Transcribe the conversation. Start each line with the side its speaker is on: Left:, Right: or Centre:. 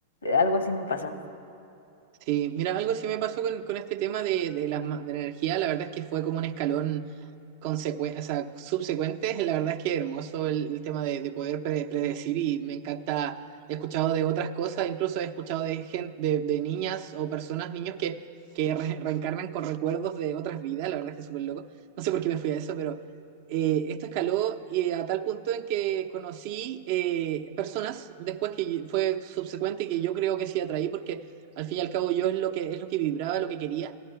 Left: algo así me pasó.
Right: Sí, mira, algo sí me pasó con, con este tema de, de las ma- de la energía, la verdad es que fue como un escalón consecu- o sea, subsecuentes, la verdad es que hermoso el, el tema de, de poder pre- predecir y me encanta, he escuchado de otras cosas, incluso he escuchado de gente, de, de niñas o personas, niños que, que re- reencarnan con recuerdos de otras vidas, la verdad es que es súper loco, no sé por qué me fui a eso, pero eh, esto escaló y a tal punto en que conocí eh, personas después que yo- fue subsecuente y que yo creo que sí atraí porque al fin y al cabo yo es lo que, es lo que vibraba, lo que quería